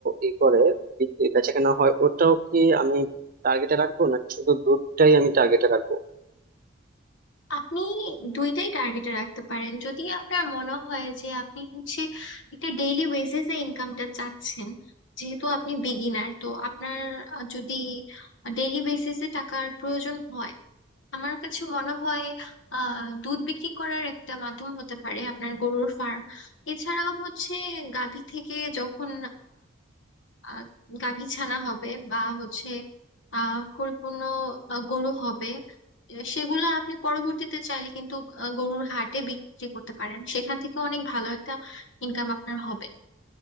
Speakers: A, on the right; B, on the left.
A: ই করে বিক্রি বেচা কেনা হয় ওটাও কি আমি টার্গেটে রাখবো নাকি শুধু দুধটাই আমি টার্গেটে রাখবো
B: আপনি দুইটাই টার্গেটে রাখতে পারেন যদি আপনার মনে হয় যে আপনি হচ্ছে একটা ডেইলি বেসিসে ইনকামটা চাচ্ছেন যেহেতু আপনি বিগিনার তো আপনার আহ, যদি ডেইলি বেসিসে টাকার প্রয়োজন হয় আমার কাছে মনে হয় আহ দুধ বিক্রি করার একটা মাধ্যম হতে পারে আপনার গরুর ফার্ম এছাড়াও হচ্ছে গাভী থেকে যখন আহ, গাভী ছানা হবে বা হচ্ছে আহ পরিপূর্ণ আহ, গরু হবে আহ, সেগুলো আপনি পরবর্তীতে চাইলে কিন্তু আহ, গরুর হাটে বিক্রি করতে পারেন সেখান থেকে অনেক ভালো একটা ইনকাম আপনার হবে